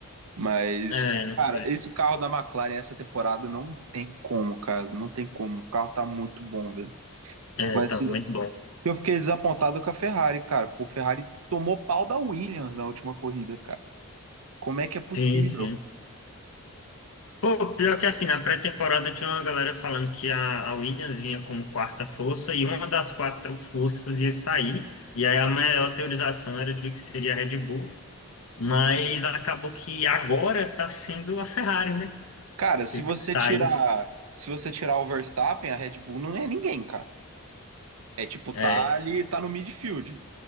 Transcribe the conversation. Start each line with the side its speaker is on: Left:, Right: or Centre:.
Right: mas,
Left: É, não
Right: cara,
Left: sei.
Right: esse carro da McLaren essa temporada não tem como, cara, não tem como. O carro tá muito bom, velho.
Left: É,
Right: Vai
Left: tá
Right: ser...
Left: muito bom.
Right: Eu fiquei desapontado com a Ferrari, cara. Pô, a Ferrari tomou pau da Williams na última corrida, cara. Como é que é possível?
Left: Sim, sim. Pô, pior que assim, na pré-temporada tinha uma galera falando que a, a Williams vinha como quarta força e uma das quatro forças ia sair. E aí a maior teorização era de que seria a Red Bull, mas acabou que agora tá sendo a Ferrari, né?
Right: Cara, se
Left: Que
Right: você
Left: que saiu.
Right: tirar, se você tirar o Verstappen, a Red Bull não é ninguém, cara. É tipo, tá
Left: É,
Right: ali, tá no midfield.